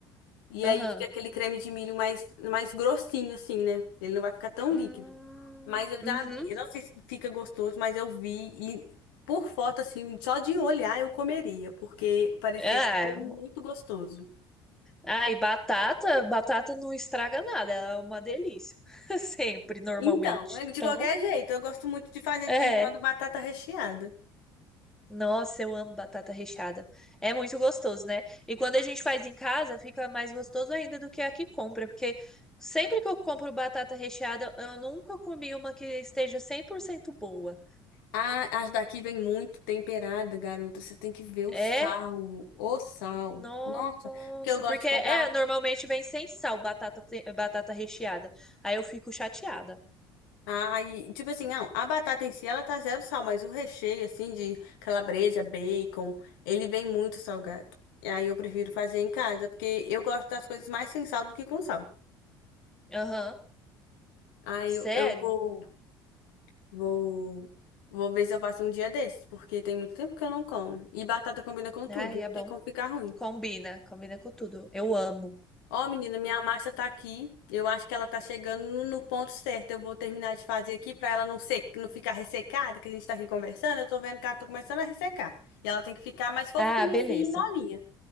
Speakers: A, on the left; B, in the centre.
A: E
B: Aham.
A: aí fica aquele creme de milho mais, mais grossinho, assim, né? Ele não vai ficar tão
B: Hum,
A: líquido. Mas eu
B: Uhum.
A: já vi, eu não sei se fica gostoso, mas eu vi e por foto, assim, só de olhar eu comeria, porque parecia
B: É.
A: que ficou muito gostoso.
B: Ah, e batata, batata não estraga nada, ela é uma delícia. <laughs> Sempre, normalmente.
A: Então, é de
B: Então,
A: qualquer jeito, eu gosto muito de fazer
B: é.
A: de vez em quando batata recheada.
B: Nossa, eu amo batata recheada. É muito gostoso, né? E quando a gente faz em casa, fica mais gostoso ainda do que a que compra, porque sempre que eu compro batata recheada, eu nunca comi uma que esteja 100% boa.
A: Ah, as daqui vem muito temperada, garota. Você tem que ver o
B: É?
A: sal, o sal.
B: Nossa,
A: Nossa, porque eu gosto
B: porque
A: de
B: é,
A: comprar.
B: normalmente vem sem sal batata, te- batata recheada. Aí eu fico chateada.
A: Ai, tipo assim, não, a batata em si ela tá zero sal, mas o recheio, assim, de calabresa, bacon, ele vem muito salgado. E aí eu prefiro fazer em casa, porque eu gosto das coisas mais sem sal do que com sal.
B: Aham.
A: Aí
B: Sério?
A: eu, eu vou, vou, vou ver se eu faço um dia desses, porque tem muito tempo que eu não como. E batata combina com tudo,
B: Ai,
A: não
B: é bom.
A: tem como ficar ruim.
B: Combina, combina com tudo. Eu amo.
A: Ó, menina, minha massa tá aqui. Eu acho que ela tá chegando no no ponto certo. Eu vou terminar de fazer aqui pra ela não se... não ficar ressecada, que a gente tá aqui conversando. Eu tô vendo que ela tá começando a ressecar. E ela tem que ficar mais fofinha,
B: Ah, beleza.
A: assim, molinha.